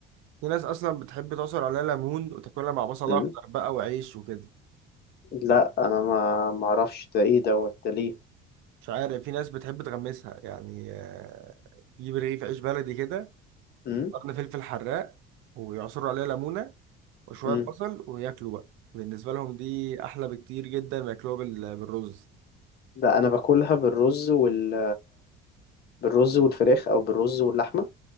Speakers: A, on the right (about 70°); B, on the left (about 50°).
A: في ناس اصلا بتحب تعصر عليها ليمون وتاكلها مع بصل
B: امم
A: اخضر بقى وعيش وكده
B: لا انا ما ما اعرفش ده ايه دوت ده ليه
A: مش عارف في ناس بتحب تغمسها يعني آه، تجيب رغيف عيش بلدي كده
B: امم
A: قرن فلفل حراق ويعصروا عليها ليمونه وشويه
B: امم
A: بصل وياكلوا بقى بالنسبه لهم دي احلى بكتير جدا ما ياكلوها بال- بالرز
B: لا انا باكلها بالرز وال بالرز والفراخ او بالرز واللحمه